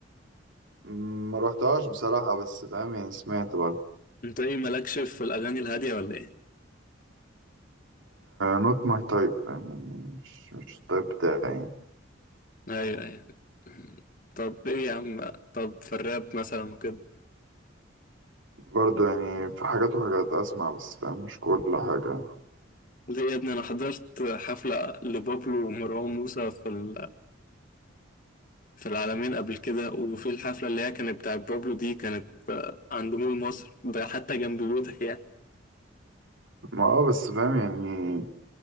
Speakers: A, on the right (about 75°); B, on the left (about 40°).
A: مم، ما روحتهاش بصراحه بس فاهم يعني سمعت برضه
B: انت ايه مالكش في الاغاني الهاديه ولا ايه
A: نوت ماي تايب فاهم يعني مش مش التايب بتاعي يعني
B: ايوه ايوه طب ايه يا عم طب في الراب مثلا كده
A: برضه يعني في حاجات وحاجات اسمع بس فاهم مش كل حاجه
B: ليه يا ابني انا حضرت حفله لبابلو ومروان موسى في ال- في العلمين قبل كده وفي الحفله اللي هي كانت بتاعت بابلو دي كانت آه، عند مول مصر ده حتى جنب بيوتك يعني
A: ما اه بس فاهم يعني